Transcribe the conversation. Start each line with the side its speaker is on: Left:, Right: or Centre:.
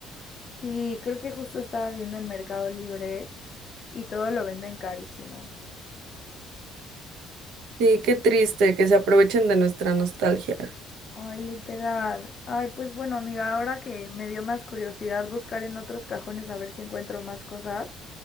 Left: Sí, creo que justo estaba viendo en Mercado Libre y todo lo venden carísimo.
Right: Sí, qué triste que se aprovechen de nuestra nostalgia.
Left: Ay, literal. Ay, pues bueno, amiga, ahora que me dio más curiosidad buscar en otros cajones a ver si encuentro más cosas,